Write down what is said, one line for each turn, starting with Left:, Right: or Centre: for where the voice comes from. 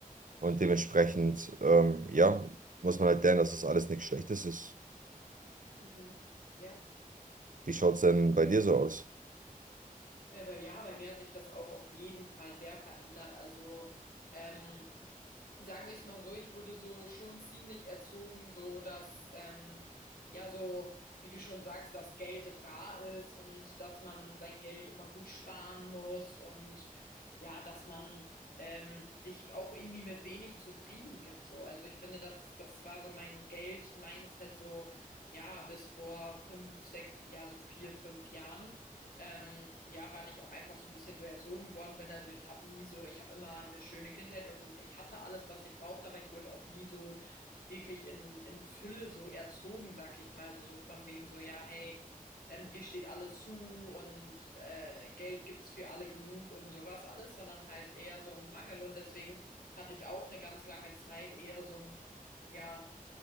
Right: und dementsprechend, ähm, ja, muss man halt lernen, dass das alles nichts Schlechtes ist.
Left: Mhm. Ja.
Right: Wie schaut es denn bei dir so aus?
Left: Aber ja, bei mir hat sich das auch auf jeden Fall sehr verändert. Also, ähm, sagen wir es mal so, ich wurde so schon ziemlich erzogen, so dass, ähm, ja, so, wie du schon sagst, dass Geld rar ist und dass man sein Geld immer gut sparen muss und ja, dass man ähm, sich auch irgendwie mit wenig zufrieden gibt. So. Also ich finde, das, das war so mein Geld-Mindset so, ja, bis vor fünf, sechs, ja, so vier, fünf Jahren. Ähm, ja, weil ich auch einfach so ein bisschen so erzogen worden bin. Also ich habe nie so, ich habe immer eine schöne Kindheit und ich hatte alles, was ich brauchte, aber ich wurde auch nie so wirklich in, in Fülle so erzogen, sag ich mal. Also so von wegen so, ja, hey, ähm, dir steht alles zu und äh, Geld gibt's für alle genug und sowas alles, sondern halt eher so im Mangel. Und deswegen hatte ich auch eine ganz lange Zeit eher so ein, ja,